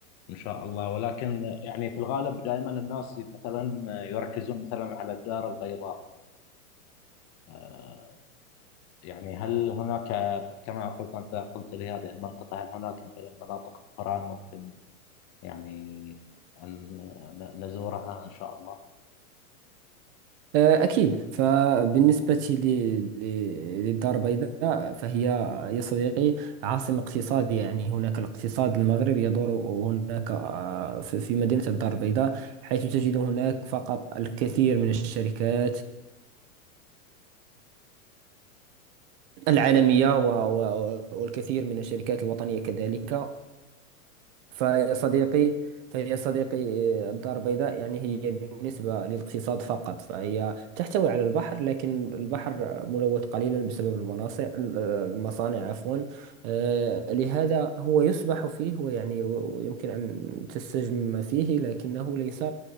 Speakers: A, on the left; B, on the right.
A: إن شاء الله ولكن يعني في الغالب دائما الناس مثلا يركزون مثلا على الدار البيضاء آه، يعني هل هناك كما قلت أنت قلت لي هذه المنطقة هل هناك مثلا مناطق أخرى ممكن يعني أن ن- نزورها إن شاء الله
B: آه، أكيد فبالنسبة لي- لي- للدار البيضاء فهي يا صديقي عاصمة اقتصاد يعني هناك الاقتصاد المغرب يدور هناك آه، في في مدينة الدار البيضاء حيث تجد هناك فقط الكثير من الشركات العالمية و- و- والكثير من الشركات الوطنية كذلك فيا صديقي فيا صديقي آه، الدار البيضاء يعني هي بالنسبة للاقتصاد فقط فهي تحتوي على البحر لكن البحر ملوث قليلا بسبب المناصع آه، المصانع عفوا آه، لهذا هو يسبح فيه ويعني يمكن أن تستجم فيه لكنه ليس